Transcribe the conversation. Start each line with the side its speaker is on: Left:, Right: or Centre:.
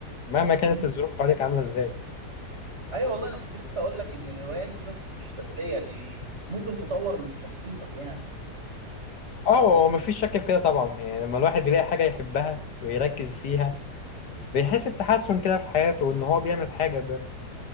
Left: مهما كانت
Right: مم.
Left: الظروف حواليك عاملة ازاي
Right: ايوه والله انا كنت لسه اقول لك ان الهوايات دي بس مش تسلية دي ممكن تطور من شخصيتك يعني
Left: اه هو مفيش شك في كده طبعا يعني لما الواحد يلاقي حاجة يحبها ويركز فيها بيحس بتحسن كده في حياته وان هو بيعمل حاجة بجد